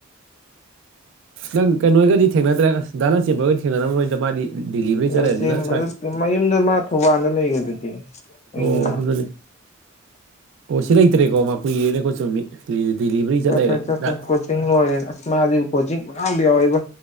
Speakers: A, on the right; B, on the left.
A: ꯅꯪ ꯀꯩꯅꯣꯏꯒꯗꯤ ꯊꯦꯡꯅꯗ꯭ꯔꯦ ꯑꯖ ꯗꯥ ꯂꯟꯆꯦꯟꯕꯒꯗꯤ ꯊꯦꯡꯅꯔꯝꯃꯣꯏꯗ ꯃꯥꯗꯤ ꯗꯤꯂꯤꯚꯔꯤ ꯆꯠ
B: ꯂꯟꯆꯦꯟꯕꯗꯣ
A: ꯂꯩꯔꯕꯅꯤꯅ ꯁ꯭ꯋꯥꯏ
B: ꯃꯌꯨꯝꯗ ꯃꯥ ꯊꯧꯕꯥꯜꯗ ꯂꯩꯒꯗꯨꯗꯤ ꯃꯌꯨꯝꯗ
A: ꯑꯣ ꯑꯗꯨꯅꯅꯤ ꯑꯣ ꯁꯤ ꯂꯩꯇ꯭ꯔꯦꯀꯣ ꯃꯥ ꯀꯨꯏꯌꯦꯅꯦꯀꯣ ꯆꯨꯝꯃꯤ ꯗꯤꯂꯤꯚꯔꯤ
B: ꯆꯠꯄꯅꯤ
A: ꯆꯠ ꯂꯩꯔꯦ
B: ꯆꯠꯄꯅꯤ
A: ꯗꯥ
B: ꯀꯣꯆꯤꯡ ꯂꯣꯏꯔꯦ ꯑꯖ ꯃꯗꯤ ꯀꯣꯆꯤꯡ ꯄꯪ ꯌꯥꯎꯗ ꯌꯥꯎꯋꯦꯕꯣ